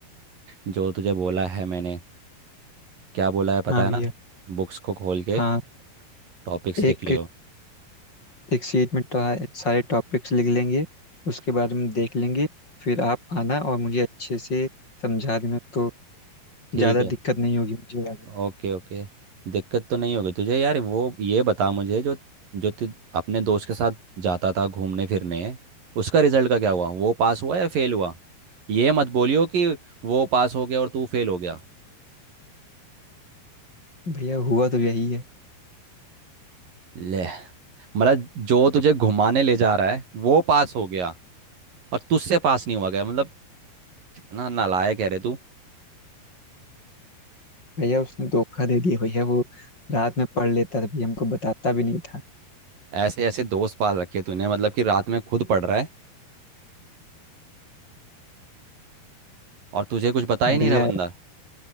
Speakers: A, on the right (about 55°); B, on the left (about 25°).
A: जो तुझे बोला है मैंने क्या बोला है पता
B: हाँ
A: है
B: भैया
A: ना बुक्स को खोल के
B: हाँ
A: टॉपिक्स
B: एक
A: लिख लियो
B: एक शीट में तो सारे टॉपिक्स लिख लेंगे उसके बारे में देख लेंगे फिर आप आना और मुझे अच्छे से समझा देना तो
A: ठीक
B: ज़्यादा
A: है
B: दिक्कत नहीं होगी मुझे आगे
A: Okay okay दिक्कत तो नहीं होगी तुझे यार वो ये बता मुझे जो जो तू अपने दोस्त के साथ जाता था घूमने फिरने उसका रिजल्ट का क्या हुआ वो पास हुआ या फेल हुआ ये मत बोलियो कि वो पास हो गया और तू फेल हो गया
B: भैया हुआ तो यही है
A: ले मतलब जो तुझे घुमाने ले जा रहा है वो पास हो गया और तुझसे पास नहीं हुआ गया मतलब इतना नालायक है रे तू
B: भैया उसने धोखा दे दिया भैया वो रात में पढ़ लेता था भैया हमको बताता भी नहीं था
A: ऐसे ऐसे दोस्त पाल रखे तूने मतलब कि रात में खुद पढ़ रहा है और तुझे कुछ बता ही नहीं
B: भैया
A: रहा बंदा